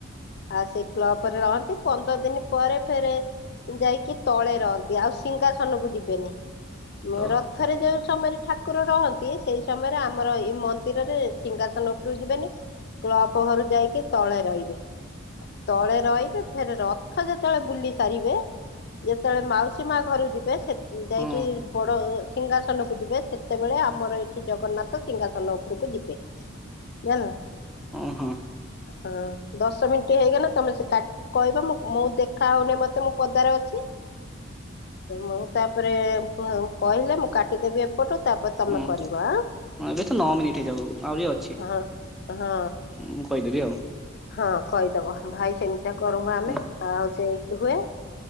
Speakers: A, on the left; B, in the centre.
A: ଆଉ ସେଇ କ୍ଲବରେ ରହନ୍ତି ପନ୍ଦର ଦିନ ପରେ ଫରେ ଯାଇକି ତଳେ ରହନ୍ତି, ଆଉ ସିଙ୍ଗାସନକୁ ଯିବେନି। ମୁଁ
B: ଓ
A: ରଥରେ ଯାଉଉ ସମୟରେ ଠାକୁର ରହନ୍ତି ସେଇ ସମୟରେ ଆମର ଏଇ ମନ୍ଦିରରେ ସିଂହାସନ ଉପରୁ ଯିବେନି। କ୍ଲବ ଘରୁ ଯାଇକି ତଳେ ରହିବେ, ତଳେ ରହିବେ ଫେରେ ରଥ ଯେତେବେଳେ ବୁଲି ସାରିବେ ଯେତେବେଳେ ମାଉସୀ ମା ଘରୁ ଯିବେ ସେତ ଯାଇକି
B: ହଁ
A: ବଡ ସିଂହାସନକୁ ଯିବେ ସେତେବେଳେ ଆମର ଏଠି ଜଗନ୍ନାଥ ସିଂହାସନ ଉପରକୁ ଯିବେ। ଜାଣିଲ?
B: ଓହୋ।
A: ହଁ ଦଶ ମିନିଟ୍ ହେଇଗଲେ ତମେ ସେ କାଟ କହିବ ମୁଁ-ମୁଁ ଦେଖା ହଉନି ମତେ ମୁଁ ପଦାରେ ଅଛି।
B: ହ <unintelligible>
A: ମୁଁ ତାପରେ କହିଲେ ମୁଁ କାଟିଦେବି ଏପ ପଟୁ ତାପରେ ତମେ
B: ହୁଁ
A: କରିବ
B: ଏବେ ତ ନଅ ମିନିଟ୍ ହେଇଯାଉ ଆହୁରି ଅଛି।
A: ହଁ। ହଁ।
B: ମୁଁ କହିଦେବି ଆଉ
A: ହଁ କହିଦବ ଭାଇ ସେମିତି କର ଆମେ
B: ହୁଁ
A: ଆଉ ସେଇ ହୁଏ।